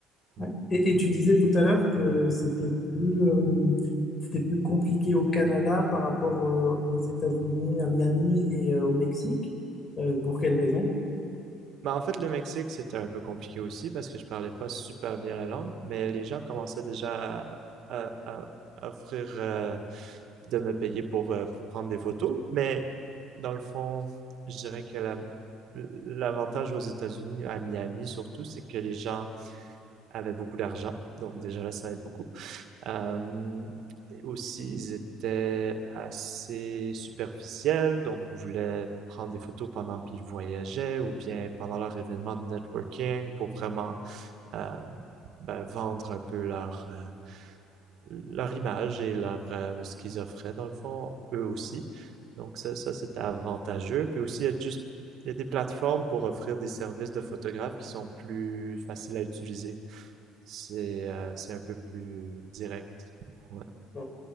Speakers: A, on the left (about 35°); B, on the right (about 60°).
A: Ouais.
B: Ouais.
A: Et, et tu disais tout à l'heure que c'était plus, euh, c'était plus compliqué au Canada par rapport euh, aux États-Unis, à Miami et euh, au Mexique. Euh, pour quelle raison?
B: Bah, en fait, le Mexique, c'était un peu compliqué aussi parce que je parlais pas super bien la langue, mais les gens commençaient déjà à, à- à offrir euh, de me payer pour, euh, pour prendre des photos. Mais dans le fond, je dirais que la, l'avantage aux États-Unis, à Miami surtout, c'est que les gens avaient beaucoup d'argent. Donc déjà là, ça aide beaucoup. Euh, aussi, ils étaient assez superficiels, donc voulaient prendre des photos pendant qu'ils voyageaient ou bien pendant leur événement de networking pour vraiment euh, ben, vendre un peu leur, euh, leur image et leur, euh, ce qu'ils offraient, dans le fond, eux aussi. Donc ça, ça c'était avantageux. Puis aussi, il y a juste il y a des plateformes pour offrir des services de photographes qui sont plus faciles à utiliser. C'est euh, c'est un peu plus direct. Ouais.
A: Bon,